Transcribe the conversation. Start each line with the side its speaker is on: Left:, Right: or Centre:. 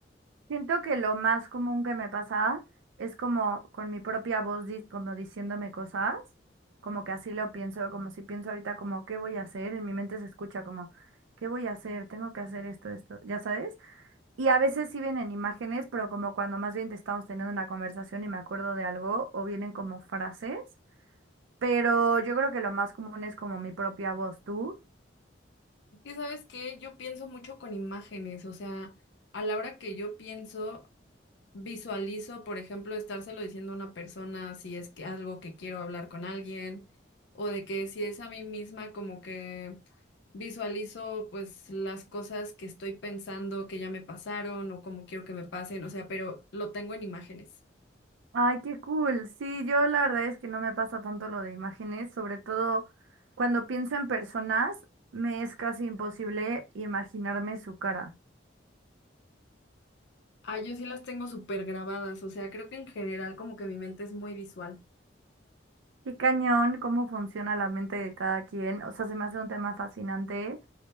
Right: Siento que lo más común que me pasa es como con mi propia voz, di- como diciéndome cosas, como que así lo pienso, como si pienso ahorita como, ¿qué voy a hacer? En mi mente se escucha como, ¿qué voy a hacer? Tengo que hacer esto, esto, ¿ya sabes? Y a veces sí vienen imágenes, pero como cuando más bien te estamos teniendo una conversación y me acuerdo de algo, o vienen como frases, pero yo creo que lo más común es como mi propia voz, ¿tú?
Left: Y sabes que yo pienso mucho con imágenes, o sea, a la hora que yo pienso visualizo, por ejemplo, estárselo diciendo a una persona si es que algo que quiero hablar con alguien, o de que si es a mí misma, como que visualizo pues las cosas que estoy pensando que ya me pasaron o como quiero que me pasen, o sea, pero lo tengo en imágenes.
Right: Ay, qué cool. Sí, yo la verdad es que no me pasa tanto lo de imágenes, sobre todo cuando pienso en personas, me es casi imposible imaginarme su cara.
Left: Ah, yo sí las tengo súper grabadas, o sea, creo que en general como que mi mente es muy visual.
Right: Qué cañón, cómo funciona la mente de cada quien. O sea, se me hace un tema fascinante